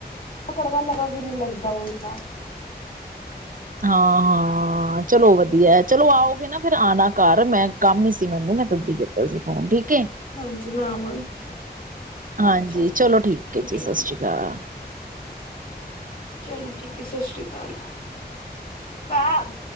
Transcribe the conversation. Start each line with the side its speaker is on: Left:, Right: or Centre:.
Left: ਕੜਵਾਂ ਲਵਾਂ ਵੀ ਨੀ ਲੱਗਦਾ ਉਹ ਤਾਂ।
Right: ਹਾਂ ਹਾਂ। ਹਾਂ ਚਲੋ ਵਧੀਆ ਚਲੋ ਆਓਗੇ ਨਾ ਫੇਰ ਆਉਣਾ ਘਰ ਮੈਂ ਕੰਮ ਹੀ ਸੀ ਮੈਨੂੰ ਮੈਂ ਤਦੀ ਕੀਤਾ ਸੀ ਫੋਨ ਠੀਕ? ਏ
Left: ਹਾਂਜੀ ਮੈਂ ਆਵਾਂਗੀ।
Right: ਹਾਂਜੀ
Left: ਅੱਛਾ ਅੱਛਾ
Right: ਚਲੋ ਠੀਕ ਹੈ ਜੀ ਸਤਿ
Left: ਠੀਕ
Right: ਸ੍ਰੀ ਅਕਾਲ।
Left: ਹੈ ਚਲੋ ਠੀਕ ਹੈ ਸਤਿ ਸ਼੍ਰੀ ਅਕਾਲ। ਪੈਪ।